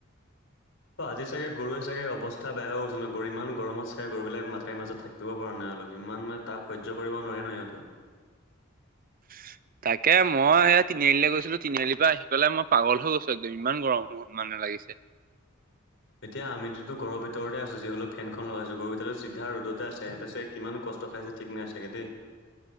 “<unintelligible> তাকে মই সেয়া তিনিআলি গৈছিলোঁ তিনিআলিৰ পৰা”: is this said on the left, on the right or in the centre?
Right